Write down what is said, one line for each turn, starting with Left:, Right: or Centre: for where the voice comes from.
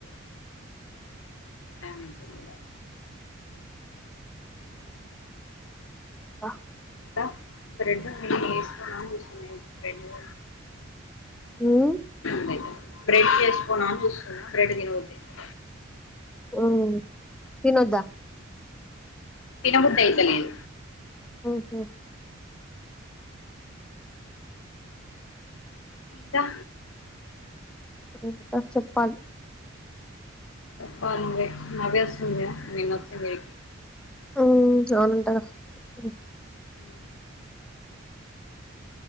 Left: ఆమె <unintelligible> ఆహ్.
Centre: ఆహ్.
Left: ఆహ్ ఇంకా <inaudible> బ్రెడ్ కూ
Centre: ఉమ్
Left: బ్రెడ్. బ్రెష్ చేసుకుందామా అని చూస్తున్నా బ్రెడ్ తినొద్దు ఇంకా.
Centre: ఉమ్ తినొద్దా.
Left: తిన బుద్ధి అయితలేదు.
Centre: ఆహ్.
Left: ఇంకా.
Centre: ఇంకా చెప్పాలి.
Left: చెప్పాలి నువ్వే నవ్య వస్తుంది కదా నేను వచ్చేసరికి.
Centre: ఉమ్ అవునంటాగా ఉమ్.
Left: ఉమ్.